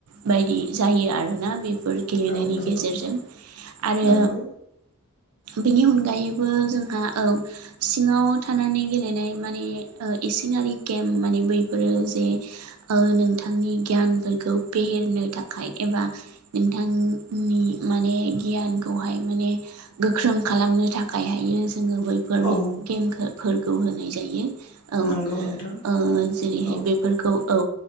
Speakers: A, on the right; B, on the left.
A: बायदि जायो आरोना बे फोर गेलेनायनि
B: औ नंगौ
A: गेजेरजों आरो
B: नंगौ
A: बेनि अनगायैबो जोंहा औ सिङाव थानानै गेलेनाय माने इसिंयारि गेम माने बैफोरो जे नोंथांनि गियानफोरखौ फेहेरनो थाखाय एबा नोंथांनि माने गियानखौहाय माने गोख्रों खालामनो थाखाय खाय हायो जोङो बैफोर
B: औ
A: गेमफोरखौ होनाय जायो औ
B: नंगौ नोंथां
A: जेरैहाय
B: औ
A: बेफोरखौ औ